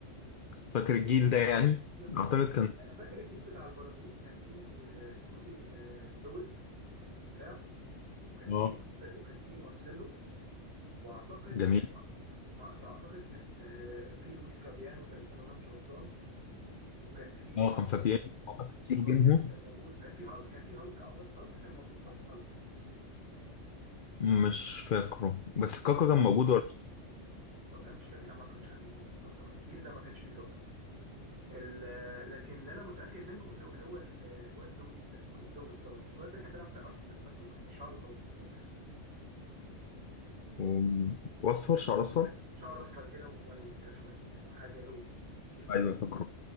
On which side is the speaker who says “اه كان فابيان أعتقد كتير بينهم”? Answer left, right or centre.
Left